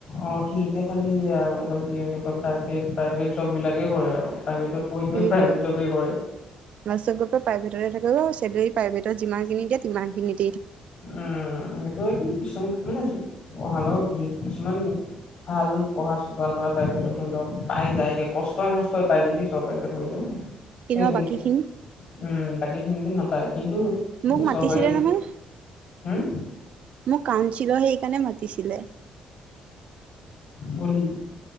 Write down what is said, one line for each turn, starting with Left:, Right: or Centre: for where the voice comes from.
Left: অ সি'এতিয়া খালি আৰু প্ৰভ প্ৰাইভেট জব বিলাকে কৰে আৰু। প্ৰাইভেটত পঢ়ি
Right: সেইটোৱে
Left: পঢ়ি প্ৰাইভেট জবেই কৰে।
Right: লাষ্টত গৈ প্ৰাইভেটতে থাকিব প্ৰাইভেটত যিমানিন দিয়েিমানখিনি।
Left: উম সেইটো হয় কিন্তু কিছু মানে অহাৰ লগত কিছুমান। ভাল পঢ়া চুা লৰা প্ৰাইভেটত ধৰি লওক পাই যায়গে কষ্টই মষ্টই পায়গে দ চৰকাৰী চাকৰিতটো।
Right: কিন্তু
Left: সেইজনীে
Right: বাকীখিনি
Left: উম বাকী হিন্দু নাপ কিন্ত এতিয়া
Right: মোক মাতিছিলে
Left: চৰকাৰী।
Right: নহয়
Left: হম।
Right: মোক কানছিল সেইকাৰণে মাতিছিলে।
Left: গলি?